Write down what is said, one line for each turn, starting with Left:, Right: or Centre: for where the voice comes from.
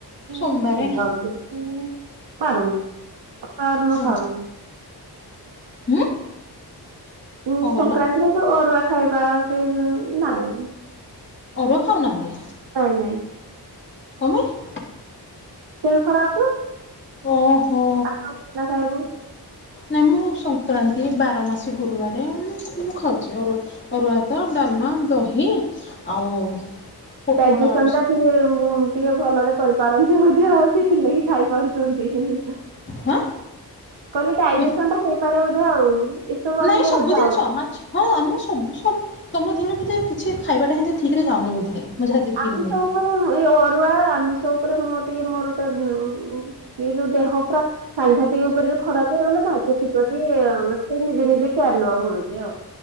Right: <unintelligible>
Left: ସୋମବାରେ
Right: ପାରୁନି ତାର ନ
Left: ହୁଁ
Right: ଖାଉନି।
Left: ହୁଁ।
Right: ଉଁ
Left: କଣ କହିଲ
Right: ସଂକ୍ରାନ୍ତିରେ ତ ଅରୁଆ ଖାଇବା ସେ ନାଇଁ।
Left: ଅରୁଆ ଖାଉନାହାନ୍ତି।
Right: ନାଇଁ ନାଇଁ।
Left: କଣ ପାଇଁ?
Right: ଦେହ ଖରାପ ହୁଏ।
Left: ଓହୋ।
Right: <unintelligible> ବିନା ଖାଇବୁ।
Left: ନାହିଁ ମୁଁ ସଂକ୍ରାନ୍ତି ବାର ମାସି ଗୁରୁବାରେ ମୁଁ ମୁଁ ଖାଉଛି ଅରୁଆ। ଅରୁଆ ଭାତ, ଡାଲମା, ଦହି ଆଉ। ପୋଟଳ
Right: ଡାଇଜେସନ
Left: ଆଳୁ ସ-
Right: ଟା। ଏ ମୁଁ ଟିକେ ଭଲରେ କରିପାରନ୍ତି ବୋଧେ ଆଉ ସେଥି ଲାଗି ଖାଇ ପାରୁଛନ୍ତି ହି ହି।
Left: ହାଁ
Right: କହିଲେ ଡାଇଜେସନ
Left: ବୁଝ-
Right: ଟା ହେଇପାରେ ବୋଧେ ଆଉ। ଏସବୁ ଆମ
Left: ନାଇଁ ସବୁ
Right: ଦେହରେ ଯାଉନି।
Left: ଜିନିଷ ମାଛ। ହଁ ଆମ ସବୁ ସବ ତମ ଦେହରେ ବୋଧେ କିଛି ଖାଇବାଟା ହେମିତି ଠିକରେ ଯାଉନି ବୋଧେ। ମୁଁ ଯାହା ଦେଖିଲିଣି
Right: ଆମିଷ ଉପରେ ହୁଁ ଏଇ ଅରୁଆ ଆମିସ ଉପରେ ମୋର ଟିକେ ମୋର ସ ଉଁ ଉଁ। ଇଏ ଯୋଉ ଦେହ ପୁରା। ସାଙ୍ଘାତିକ ଉପରେ ଯୋଉ ଖରାପ ହେଇଗଲା ତ ସେଥିପ୍ରତି ଆମେ ସେ ନିଜେ ନିଜେ କେୟାର ନବାକୁ ପଡୁଛି ଆଉ।